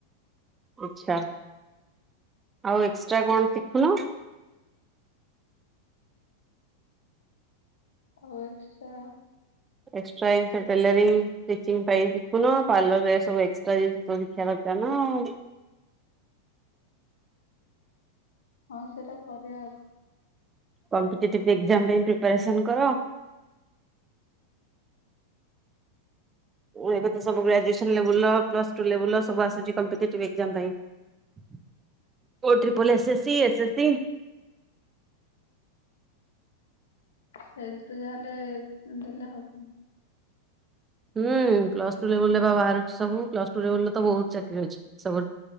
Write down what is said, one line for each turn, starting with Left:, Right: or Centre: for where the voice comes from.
Right: ଆଛା ଆଉ ଏକ୍ସଟ୍ରା କଣ ଶିଖୁନ?
Left: ହଉଚିପା।
Right: ଏକ୍ସଟ୍ରାଇପେ ଦେଲେନି? ପାଇଁ ଶିଖୁନ ପାର୍ଲରରେ ସବୁ ଏକ୍ ଟ୍ରା ଜିନିଷ ଶିଖିବା ଦରକାର ନା। ହ
Left: ହଁ ସେଟା କରିବା ଆଗ
Right: କମ୍ ପିଟେଟି ପ୍ ଏଗ୍ ଜ। ମ୍ ପାଇଁ ପ୍ରିପେରେସନ୍ କର। ଏବେ ତ ସବୁ ଗ୍ରାଜୁଏସନେବ ଲେବେଲ୍‌ ପ୍ରଲସ୍‌ ଟୁଲେବେଲ୍‌ ସବୁ ଆସୁଛି କମ ପିଟେଟି ଏ ଗ ଜାମ୍ ଦବା ପାଇଁ। ଓ ତ୍ରିପଅଲ୍ ଏସ୍ ଏସ୍ସି ଏସ୍ ଏସ୍ସି।
Left: ସେଇଥିରୁ ଯାହେଲେ ଦେଲେ ହେବ।
Right: ହୁଁ ପ୍ଲସଟୁ ଲେବୁଲରେ ବାହାରୁଛି ସବୁ ପ୍ଲସ ଟୁ ଲେବୁଲରେ ତ ବହୁତ ଚାକିରି ଅଛି ସବୁ